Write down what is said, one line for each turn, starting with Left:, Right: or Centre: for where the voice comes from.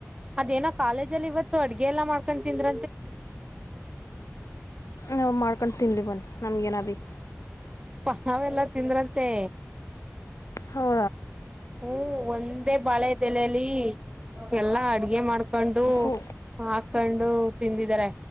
Right: ಅದೇನೋ ಕಾಲೇಜಲ್ಲಿ ಇವತ್ತು ಅಡ್ಗೆ ಎಲ್ಲ ಮಾಡಕೊಂಡು ತಿಂದ್ರ
Left: ನಾವು ಮಾಡ್ಕೊಂಡು ತಿನ್ಲಿ ಬನ್ನಿ ನಮ್ಗೇನ ಬೇಕು
Right: ಪ ನಾವೆಲ್ಲಾ ತಿಂದ್ರಂತೆ
Left: ಹೌ
Right: ಹ್ಮ್ ಒಂದೇ ಬಾಳೆ ತಲಲಿ ಎಲ್ಲಾ ಅಡ್ಗೆ ಮಾಡ್ಕ ಹಾಕೊಂಡು
Left: ಹೋ
Right: ಹಾಕೊಂಡು ತಿಂದಿದ್ದಾರೆ